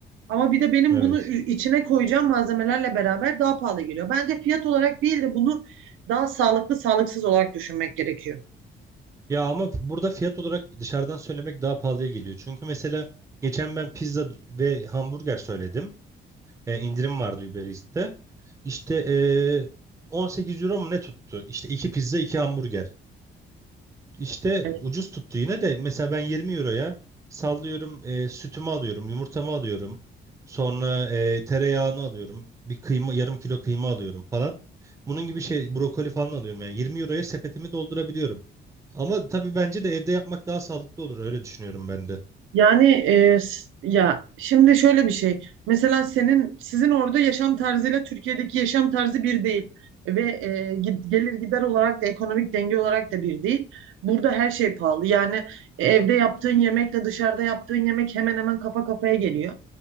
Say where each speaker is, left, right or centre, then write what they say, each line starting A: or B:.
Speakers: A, on the right; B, on the right.
A: Ama bir de benim
B: Evet.
A: bunu içine koyacağım malzemelerle beraber daha pahalı geliyor. Bence fiyat olarak değil de bunu daha sağlıklı sağlıksız olarak düşünmek gerekiyor.
B: Ya ama burada fiyat olarak dışarıdan söylemek daha pahalıya geliyor. Çünkü mesela geçen ben pizza ve hamburger söyledim. e, indirim vardı Uber Eats'te. İşte e, 18 euro mu ne tuttu? İşte iki pizza iki hamburger. İşte
A: Evet.
B: ucuz tuttu yine de mesela ben 20 euroya sallıyorum e, sütümü alıyorum yumurtamı alıyorum. Sonra e, tereyağını alıyorum bir kıyma yarım kilo kıyma alıyorum falan. Bunun gibi şey brokoli falan alıyorum yani 20 euroya sepetimi doldurabiliyorum. Ama tabii bence de evde yapmak daha sağlıklı olur öyle düşünüyorum ben de.
A: Yani e, s- ya şimdi şöyle bir şey. Mesela senin sizin orada yaşam tarzıyla Türkiye'deki yaşam tarzı bir değil ve e, gid- gelir gider olarak da ekonomik denge olarak da bir değil. Burada her şey pahalı. Yani e, evde yaptığın yemekle dışarıda yaptığın yemek hemen hemen kafa kafaya geliyor.